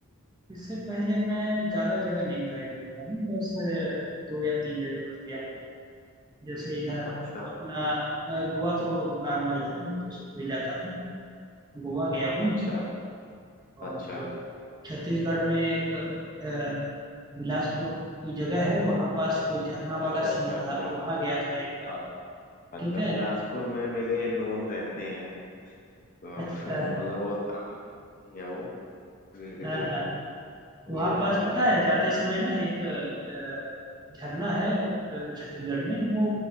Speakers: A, on the right; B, on the left.
A: इससे पहले मैं ज़्यादा जगह नहीं ट्राई किया हूँ बस अ, दो या तीन जगह बस गया जैसे इधर
B: अच्छा
A: अपना अ, गोवा तो नॉर्मल है तो सब कोई जाता है गोवा गया हूँ
B: अच्छा
A: और
B: अच्छा
A: छत्तीसगढ़ में एक अ, बिलासपुर की जगह है वहाँ पास कोई झरना
B: अच्छा
A: वाला
B: अच्छा
A: सीन
B: अच्छा
A: था वहाँ गया था एक बार
B: अ- अच्छा
A: ठीक है
B: बिलासपुर में मेरे नोन रहते हैं तो
A: अच्छा
B: <laughs> मतलब बहुत काफी क्लोज ही है वो रिलेटिव
A: हाँ हाँ
B: है वही
A: वहाँ
B: रहते
A: पास
B: हैं
A: पता
B: बिलासपुर
A: है जाते
B: में
A: समय ना एक अ, झरना है अ, छत्तीसगढ़ में वो